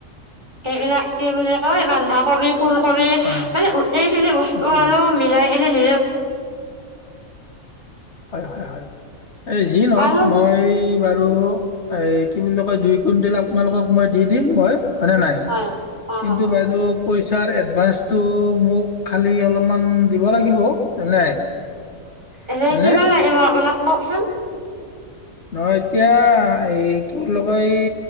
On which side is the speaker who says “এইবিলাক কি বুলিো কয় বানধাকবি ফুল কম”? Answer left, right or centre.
Right